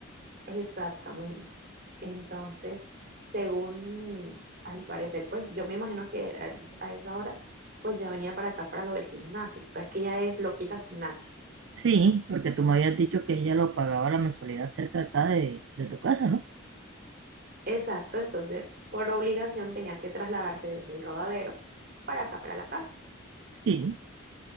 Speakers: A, on the right; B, on the right.
A: Exactamente. Entonces, según al parecer, pues yo me imagino que a, a esa hora, pues ya venía para acá para lo del gimnasio. Tú sabes que ella es loquita al gimnasio.
B: Sí, porque tú me habías dicho que ella lo pagaba la mensualidad cerca acá de, de tu casa, ¿no?
A: Exacto, entonces por obligación tenía que trasladarse desde el rodadero para acá, para la casa.
B: Sí,